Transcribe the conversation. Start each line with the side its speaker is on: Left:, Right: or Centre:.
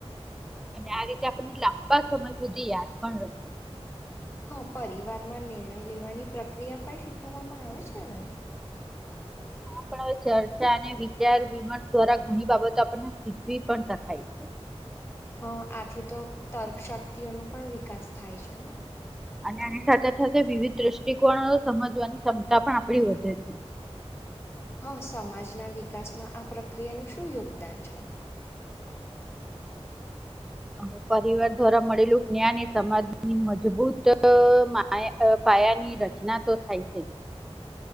Centre: આવે. અને આ રીતે આપણને લાંબા સમય સુધી યાદ પણ રહે.
Left: હા પરિવારમાં નિર્ણય લેવાની પ્રક્રિયા પણ શીખવવામાં આવે છે ને.
Centre: પણ હવે ચર્ચા અને વિચાર વિમર્શ દ્વારા ઘણી બાબતો આપણને શીખવી પણ શકાય છે
Left: અ આથી તો તર્ક શક્તિઓનો પણ વિકાસ થાય છે ને
Centre: અને આની સાથે સાથે વિવિધ દ્રષ્ટિકોણો સમજવાની ક્ષમતા પણ આપણી વધે છે
Left: હા સમાજના વિકાસમાં આ પ્રક્રિયાનું શું યોગદાન છે
Centre: અ, પરિવાર દ્વારા મળેલું જ્ઞાન એ સમાજની મજબૂત માયા પાયાની રચના તો થાય છે જ